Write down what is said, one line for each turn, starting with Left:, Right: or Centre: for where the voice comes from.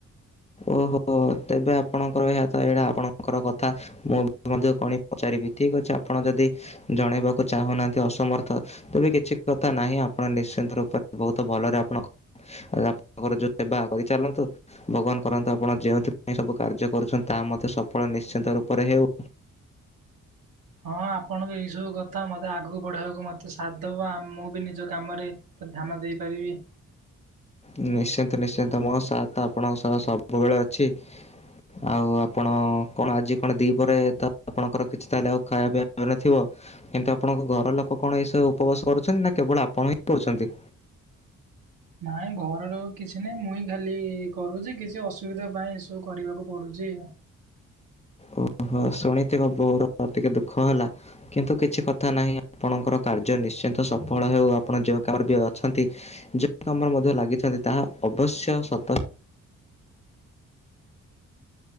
Left: ଓହୋ ତେବେ ଆପଣଙ୍କର ଏହାତ ଏଇଟା ଆପଣଙ୍କର କଥା। ମୁଁ ମଧ୍ୟ କଣ ପଚାରିବି ଠିକ୍ ଅଛି ଆପଣ ଯଦି ଜଣେଇବାକୁ ଚାହୁଁନାହାନ୍ତି ଅସମର୍ଥ। ତେବେ କିଛି କଥା ନାହିଁ ଆପଣ ନିଶ୍ଚିନ୍ତ ରୂପରେ ବହୁତ ଭଲରେ ଆପଣ ରା ତାଙ୍କର ଯୋଉ ସେବା କରି ଚାଲନ୍ତୁ ଭଗବାନ କରନ୍ତୁ ଆପଣ ଯେଉଁଥିପାଇଁ ସବୁ କାର୍ଯ୍ୟ କରୁଛନ୍ତି ତାହା ମଧ୍ୟ ସଫଳ ନିଶ୍ଚିନ୍ତ ରୂପରେ ହେଉ।
Right: ହଁ ଆପଣଙ୍କ ଏଇ ସବୁ କଥା ମୋତେ ଆଗକୁ ବଢ଼େଇବାକୁ ମୋତେ ସାଥ୍ ଦେବ ମୁଁ ବି ନିଜ କାମରେ ତ ଧାନ ଦେଇପାରିବି।
Left: ନିଶ୍ଚିନ୍ତ ନିଶ୍ଚିନ୍ତ ମୋ ସାଥ ଆପଣଙ୍କ ସହ ସବୁବେଳେ ଅଛି। ଆଉ ଆପଣ କଣ ଆଜି କଣ ଦିପହରେ ତ ଆପଣଙ୍କର କିଛି ତାହେଲେ ଆଉ ଖାଇବା ପିଇବା ନଥିବ। କିନ୍ତୁ ଆପଣଙ୍କ ଘର ଲୋକ କଣ ଏଇସବୁ ଉପବାସ କରୁଛନ୍ତି ନା କେବଳ ଆପଣ ହିଁ କରୁଛନ୍ତି?
Right: ନାଇଁ ଘରର କିଛି ନାହିଁ ମୁଇଁ ଖାଲି କରୁଛି କିଛି ଅସୁବିଧା ପାଇଁ ଏସବୁ କରିବାକୁ ପଡ଼ୁଛି।
Left: ଓହୋ ଶୁଣିଥିବ ବୋହୁର ପ୍ରତି କେ ଦୁଃଖ ହେଲା। କିନ୍ତୁ କିଛି କଥା ନାହିଁ ଆପଣଙ୍କର କାର୍ଯ୍ୟ ନିଶ୍ଚିନ୍ତ ସଫଳ ହେଉ ଆପଣ ଯେଉ କାମରେ ବି ଅଛନ୍ତି। ଯଉ କାମରେ ମଧ୍ୟ ଲାଗିଛନ୍ତି ତାହା ଅବଶ୍ୟ ସତ।